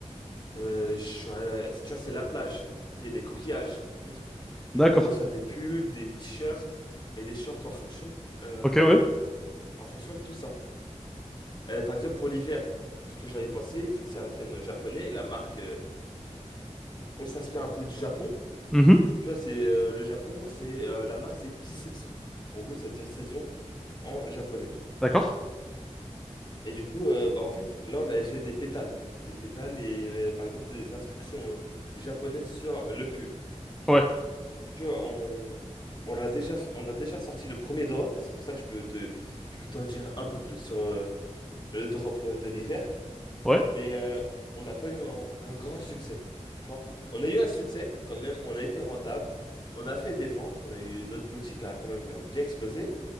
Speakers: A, on the left; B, in the centre.
A: Euh, j'aurais- tu vois, c'est la plage, c'est des coquillages, c'est tout. Du
B: D'accord.
A: coup, on va faire des pulls, des t-shirts et des shorts en fonction, euh,
B: Ok, ouais.
A: en fonction de tout ça. Euh, par exemple, pour l'hiver, ce que j'avais pensé, vu que c'est un thème japonais, la marque, euh, on s'inspire un peu du Japon.
B: Mhm.
A: Tu vois, c'est euh, le Japon, c'est euh, la marque, c'est Kisetsu. En gros, ça veut dire saison en japonais.
B: D'accord.
A: Et du coup, euh, bah, en fait, là, on avait fait des pétales, des pétales et euh, par exemple des instructions euh, japonaises sur le pull.
B: Ouais.
A: Tu vois, on, on l'a déjà, f- on a déjà sorti le premier drop. C'est pour ça que je peux te, je peux t'en dire un peu plus sur euh, le drop euh, de l'hiver.
B: Ouais.
A: Mais euh, on n'a pas eu un, un grand succès. Tu vois, on a eu un succès quand même. On a été rentable. On a fait des ventes. On a eu notre boutique a quand même euh, bien explosé.